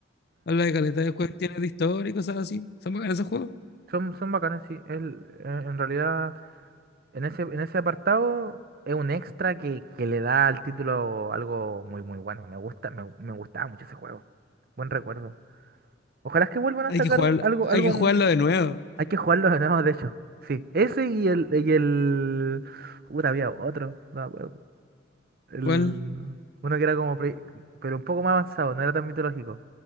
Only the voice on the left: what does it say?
habla de caleta de cuestiones de historia y cosas así. Son bacanas esos juegos.
Hay
que jugar,
hay que jugarlo
de nuevo.
¿Cuál?